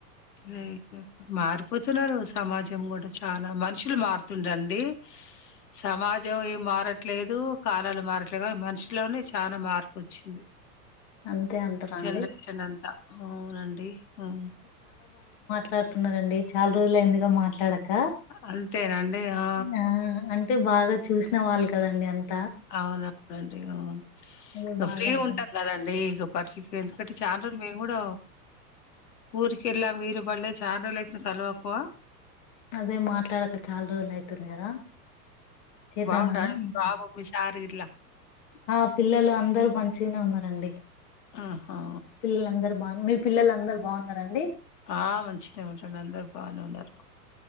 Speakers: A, on the left; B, on the left.
A: లేపో మారిపోతున్నారు సమాజం కూడా చాలా మనుషులు మారుతుండండి సమాజం ఏం మారట్లేదు కాలాలు మారట్లేదు కానీ మనుషులోనే చాలా మార్పు వచ్చింది
B: అంతే అంటారా
A: జనరేషన్
B: అండి
A: అంతా అవునండి హ
B: ట్లాడుతున్నారండి చాలా రోజులు ఎందిగా మాట్లాడక
A: అంతేనండి ఆ
B: అ అంటే బాగా చూసిన వాళ్ళు కదండి అంత
A: అవును అంటే ఇక
B: అదే బాగా
A: ఫ్రీగా
B: అర్థం
A: ఉంటాం కదండి ఇక పర్షి ఎందుకంటే చానా రోజులు కూడాడ ఊరికి ఎలా కా వీలు పడ్ల చానారోజులు అతాంది కాల్వక
B: అదే మాట్లాడక చాలా రోజులు అయితుంది కదా చేద్దామని
A: బాగుండాల
B: అనుకున్నా.
A: బాబు ఆర్గిద్
B: ఆ పిల్లలు అందరూ మంచిగానే ఉన్నారు నండి
A: ఆహా
B: పిల్లలు అందరు బాగున్నా మీ పిల్లలందరు బాగున్నారండి
A: ఆ మంచిగనే ఉండారండి అందరు బాగానే ఉండరు